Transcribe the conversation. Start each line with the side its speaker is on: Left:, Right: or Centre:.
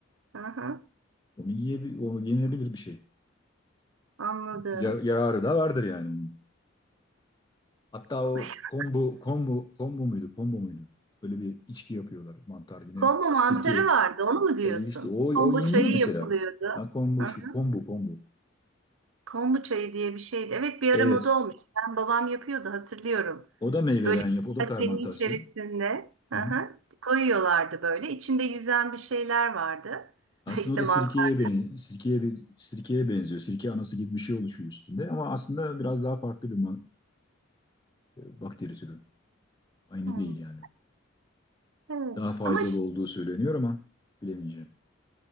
Right: Hı hı.
Left: Onu yiyebil onu yenilebilir bir şey.
Right: Anladım.
Left: Ya- yararı da vardır yani onun. Hatta
Right: <laughs>
Left: o kombu kombu kombu muydu? Kombu muydu? Böyle bir içki yapıyorlar. Mantar yine
Right: Kombu mantarı
Left: sirke.
Right: vardı, onu mu diyorsun?
Left: E işte o
Right: Kombu
Left: o yeniyor
Right: çayı
Left: mesela.
Right: yapılıyordu.
Left: Ha kombu
Right: Hı
Left: şu
Right: hı.
Left: kombu kombu.
Right: Kombu çayı diye bir şeydi. Evet bir
Left: Evet.
Right: ara moda olmuş. Ben babam yapıyordu hatırlıyorum.
Left: O da meyveden
Right: Böyle bir
Left: yap. O da
Right: kasenin
Left: fermentasyon.
Right: içerisinde
Left: Hı
Right: hı
Left: hı.
Right: hı, koyuyorlardı böyle. İçinde yüzen bir şeyler vardı.
Left: Aslında
Right: <laughs> İşte
Left: o da
Right: mantar.
Left: sirkeye ben sirkeye bir sirkeye benziyor. Sirke anası gibi bir şey oluşuyor üstünde ama aslında biraz daha farklı bir ma- e, bakteri türü. Aynı
Right: Hmm,
Left: değil yani.
Right: Evet.
Left: Daha faydalı
Right: Ama ş-
Left: olduğu söyleniyor ama bilemeyeceğim.